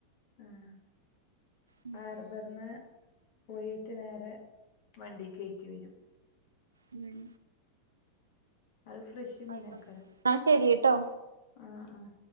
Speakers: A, on the left (about 50°); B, on the right (about 75°).
A: ഉം
B: ഉം
A: ഹാർബറിന്. പോയിട്ട് നേരെ, വണ്ടി കെയറ്റി വരും.
B: ഉം
A: അത് ഫ്രഷ് മീനാക്കാരം
B: എന്നാ ശരിട്ടോ
A: ആഹ് ആഹ്